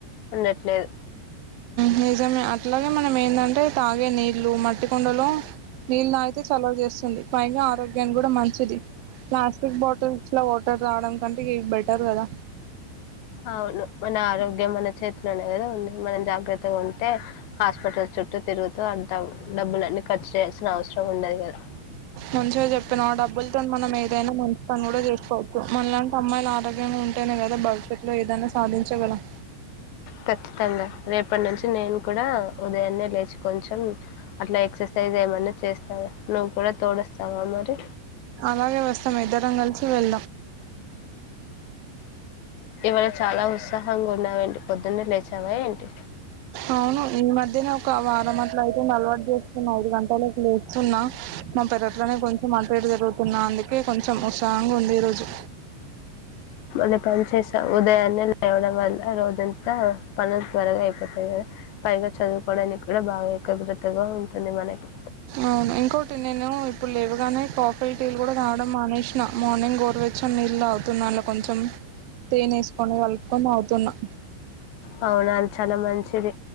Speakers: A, on the left; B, on the right.
A: ఉండట్లేదు
B: నిజమే అట్లాగే మనం ఏంటంటే తాగే నీళ్లు మట్టి కుండలో నీళ్ళు తాగితే చెలవ చేస్తుంది పైగా ఆరోగ్యాన్ని కూడా మంచిది ప్లాస్టిక్ బాటిల్స్ లో వా టర్ తాగడం కంటే ఇగా బెటర్ కదా
A: అవును మన ఆరోగ్యం మన చేతిలోనే కదా ఉంది మనం జాగ్ర గ్రత్తగా ఉంటే హాస్పిటల్ చుట్టూ తిరుగుతూ డబ్బులన్నీ ఖర్చు చేయాల్సిన అవసరం ఉండదుగా <inaudible>
B: మంచిగా చెప్పినా ఆ డబ్బులతో మనం ఏదైనా మంచి పని కూడా చేసుకోవచ్చు మనలాంటి అమ్మాయిలు ఆగ ఉంటేనే కదా భవిష్యత్ లో ఏదైనా సాధించగలం
A: ఖచ్చితంగా రేపటి నుంచి నేను కూడా ఉదయాన్నే లేచి కొంచెం అట్లా ఎక్సర్సైజ్ ఏమన్నా చేస్తావ నువ్వు కూడా తోడు వస్తావా మరి
B: అలాగే వస్తాం ఇద్దరం కలిసి వెళ్ళ
A: ఇవాళ చాలా ఉత్సాహంగా ఉన్నావు ఏంటి పొద్దున్నే లేచావా ఏంటి
B: అవును ఈ మధ్యనే ఒక వారం అట్ల అయితే అలవాటు చేసుకున్న ఐదు గంటల కి లేస్తున్న మా పెరట్లోనే కొంచెం అటు ఇటు తిరుగుతున్న అందుకే కొంచెం ఉత్సాహంగా ఉంది ఈ రోజు
A: మన పని చేసావ్ ఉదయాన్నే లేవ్వడం వల్ల రోజం తా పనుల త్వరగా అయిపోతాయి కదా పైగా చదువుకోవడానికి కూడా బాగా ఏకాగ్రతగా ఉంటుంది మనకి
B: అవును ఇంకోటి నేను ఇప్పుడు లేవుగానే కాఫీ టీలు కూడా తాగడం మానేసిన మార్నింగ్ గోరు వెచ్చని నీళ్ళు తాగుతున్నాను అందులో కొంచెం తేనె ఏసుకొని కలుపుకొని తావుతున్నా
A: అవును అది చాలా మంచిది